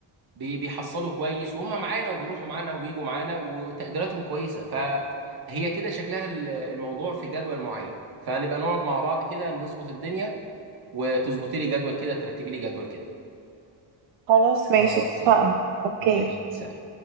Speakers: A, on the right; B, on the right.
A: بي- بيحصلوا كويس وهم معانا وبيروحوا معانا ويجوا معانا وتقديراتهم كويسه فهي كده شكلها ال- الموضوع في جدول معين فنبقى نقعد مع بعض كده نظبط الدنيا وتظبطي لي جدول كده ترتبي لي جدول كده
B: خلاص ماشي
A: خلاص
B: اتفقنا
A: يلا
B: اوكي
A: ماشي سلام